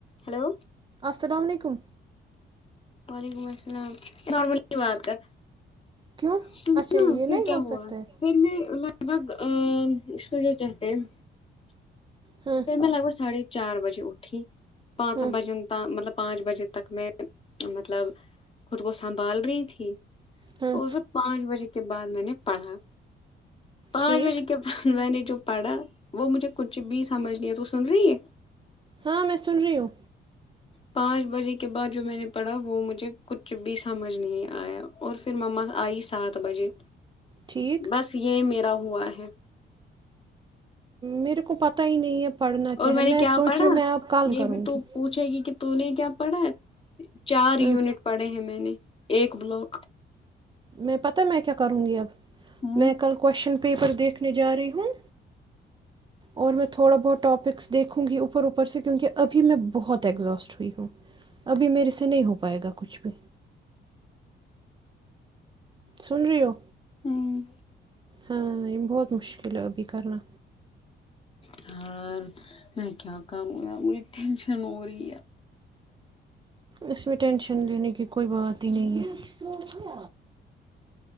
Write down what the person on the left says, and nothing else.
Hello
وعلیکم السلام نارمل کی بات ہے
س
نا
پھر
کیا
ہوا
پھر میں لگ بھگ اس کو کیا کہتے ہیں
پھر میں لگ با ساڑھے چار بجے اٹھی پانچ
بجن ت مطلب پانچ بجے تک میں مطلب خود کو سنبھال رہی تھی
وہ سب پانچ بجے کے بعد نے پڑھا پانچ
بجے کے بٹ جو پڑا وہ مجھے کچھ بھی ت سن رہی ہے
پانچ بجے کے بعد جو میں نے پڑھا وہ مجھے کچھ بھی سمجھ نہیں آیا اور پھر مما آئی سات بجے
بس یہ میرا ہوا ہے
اور میں
نے کیا
پڑھا
یہ
بھی تو
پوچھے گی کہ توہ کیا پڑھا چار یونٹ
پڑے ہیں میں نے ایک بلاک
ہوں
ہوں
یار میں کیا کروں ی مج ٹینشن اوری